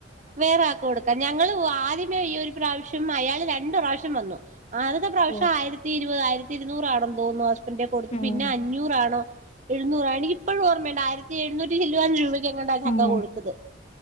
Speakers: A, on the right; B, on the left.
A: വേറെ ആക്ക കൊടുക്കാം ഞങ്ങള്ൾ ആദ്യമേ ഈ ഒരു പ്രാവശ്യം അയാൾ രണ്ട് ട്ട് പ്രാവശ്യം വന്നു ആതൊക്ക പ്രാവശ്യം
B: ഉം.
A: ആയിരത്തി ഇരുപതായിയിരം തിരുന്നൂറാട തോന്നുന്നു ന്റെ കൊടുത്തു
B: ഉം,
A: പിന്നെ അഞ്ഞൂറാണോ എഴുന്നൂറ എനിക്ക് ഇപ്പോഴ ഓർമ്മേണ്ടയിരത്തി എഴുന്നൂറ്റി ചില്ലാനം രൂപ നീ എങ്ങാട്ട ചക്ക
B: ഉം.
A: കൊടുത്തത്